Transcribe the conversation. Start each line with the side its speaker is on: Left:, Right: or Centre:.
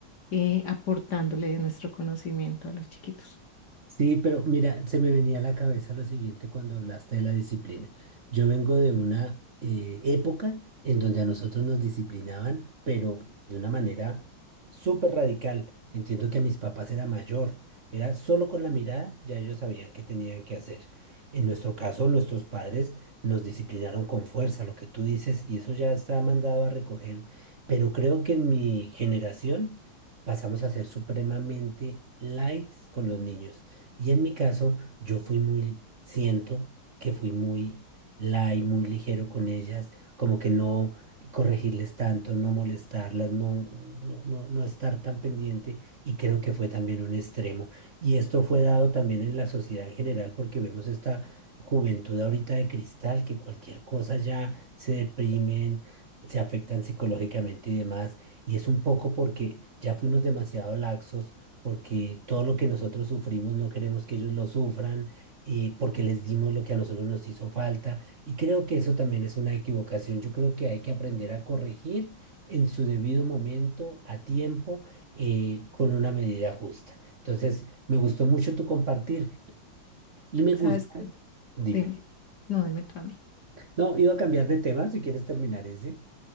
Left: eh, aportándole de nuestro conocimiento a los chiquitos.
Right: Sí, pero mira, se me venía a la cabeza lo siguiente cuando hablaste de la disciplina. Yo vengo de una eh, época en donde a nosotros nos disciplinaban, pero de una manera súper radical. Entiendo que a mis papás era mayor, era solo con la mirada, ya ellos sabían qué tenían que hacer. En nuestro caso, nuestros padres nos disciplinaron con fuerza, lo que tú dices, y eso ya está mandado a recoger, pero creo que en mi generación pasamos a ser supremamente likes con los niños. Y en mi caso, yo fui muy, siento que fui muy light, muy ligero con ellas, como que no corregirles tanto, no molestarlas, no, no, no, no estar tan pendiente y creo que fue también un extremo. Y esto fue dado también en la sociedad en general porque vemos esta juventud ahorita de cristal que cualquier cosa ya se deprimen, se afectan psicológicamente y demás. Y es un poco porque ya fuimos demasiado laxos porque todo lo que nosotros sufrimos no queremos que ellos lo sufran, eh, porque les dimos lo que a nosotros nos hizo falta. Y creo que eso también es una equivocación. Yo creo que hay que aprender a corregir en su debido momento, a tiempo, eh, con una medida justa. Entonces, me gustó mucho tu compartir y me
Left: ¿Sabes
Right: gusta,
Left: qué?
Right: dime,
Left: Dime, no, dime tú a mí.
Right: no, iba a cambiar de tema si quieres terminar ese.